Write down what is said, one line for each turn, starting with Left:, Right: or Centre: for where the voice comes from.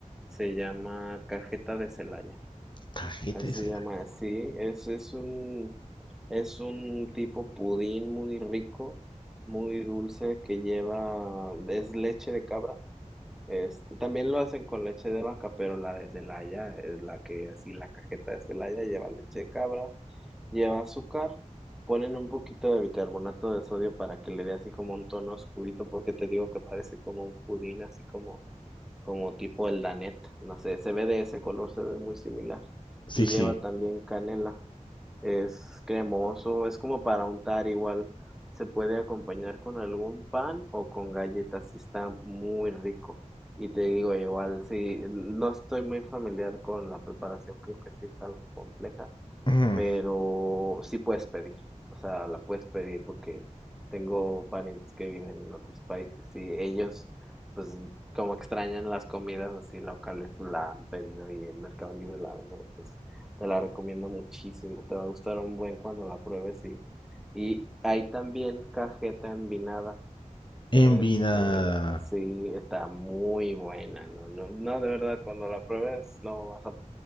Centre: Se llama cajeta de Celaya,
Left: Cajeta
Centre: así
Left: de Celaya.
Centre: se llama, sí, es, es un, es un tipo pudín muy rico, muy dulce que lleva, es leche de cabra este, también lo hacen con leche de vaca, pero la de Celaya es la que así la cajeta de Celaya lleva leche de cabra, lleva azúcar, ponen un poquito de bicarbonato de sodio para que le dé así como un tono oscurito, porque te digo que parece como un pudín, así como como tipo el Danet, no sé, se ve de ese color, se ve muy similar
Left: Sí,
Centre: y
Left: sí.
Centre: lleva también canela. Es cremoso, es como para untar igual. Se puede acompañar con algún pan o con galletas y está muy rico. Y te digo, igual, sí, no estoy muy familiar con la preparación, creo que sí es algo compleja,
Left: <clears throat> Ujú.
Centre: pero sí puedes pedir, o sea, la puedes pedir porque tengo parientes que viven en otros países y ellos, pues, como extrañan las comidas así locales, pues, la han pedido y en Mercado Libre la venden, entonces te la recomiendo muchísimo, te va a gustar un buen cuando la pruebes y, y hay también cajeta envinada. Este,
Left: Envinada.
Centre: sí, está muy buena, no, no, no, de verdad, cuando la pruebes no vas a,